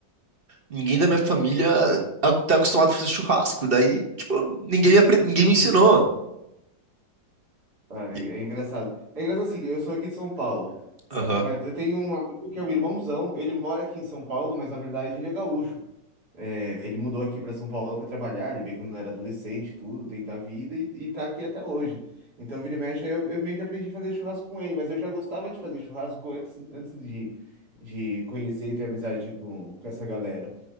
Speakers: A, on the right; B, on the right.
A: Ninguém da minha família a- tá acostumado a fazer churrasco, daí, tipo, ninguém me, apre- ninguém me ensinou.
B: Cara,
A: E-
B: é é engraçado. É engraçado assim, eu sou aqui de São Paulo,
A: Aham,
B: mas eu tenho um amigo que é um irmãozão, ele mora aqui em São Paulo, mas na verdade ele é gaúcho. É, ele mudou aqui para São Paulo para trabalhar, ele veio quando era adolescente, e tudo, tentar a vida e, e tá aqui até hoje. Então, vira e mexe, aí eu, eu meio que aprendi a fazer churrasco com ele, mas eu já gostava de fazer churrasco antes, antes de, de conhecer e ter amizade com, com essa galera.